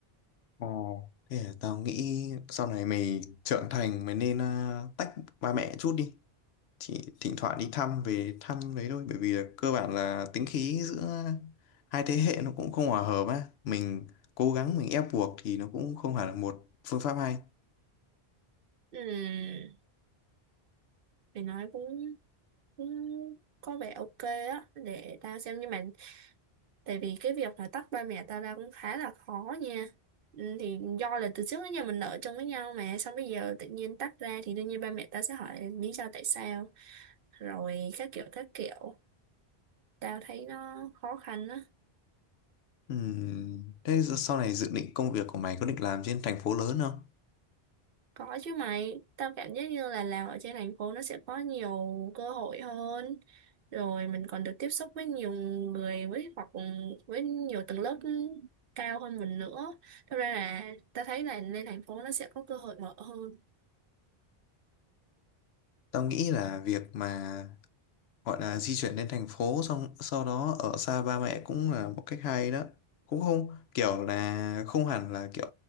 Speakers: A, on the left; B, on the right.
A: Ồ, thế à, tao nghĩ sau này mày trưởng thành mày nên à, tách ba mẹ chút đi. Chỉ thỉnh thoảng đi thăm về thăm đấy thôi. Bởi vì là cơ bản là tính khí giữa hai thế hệ nó cũng không hòa hợp á. Mình cố gắng mình ép buộc thì nó cũng không phải là một phương pháp hay.
B: Ừm, để nói cũng, cũng có vẻ ok á để tao xem nhưng mà tại vì cái việc là tách ba mẹ tao ra cũng khá là khó nha Ừm, thì do là từ trước đến giờ mình ở chung với nhau mà xong bây giờ tự nhiên tách ra thì đương nhiên ba mẹ tao sẽ hỏi lý do tại sao rồi các kiểu các kiểu tao thấy nó khó khăn á
A: Ừm, Thế giờ- sau này dự định công việc của mày có định làm trên thành phố lớn không?
B: Có chứ mày, tao cảm giác như là làm ở trên thành phố nó sẽ có nhiều cơ hội hơn. Rồi mình còn được tiếp xúc với nhiều người với hoặc với nhiều tầng lớp cao hơn mình nữa. Thật ra là tao thấy là lên thành phố nó sẽ có cơ hội mở hơn.
A: Tao nghĩ là việc mà gọi là di chuyển lên thành phố xong sau đó ở xa ba mẹ cũng là một cách hay đó cũng không kiểu là không hẳn là kiểu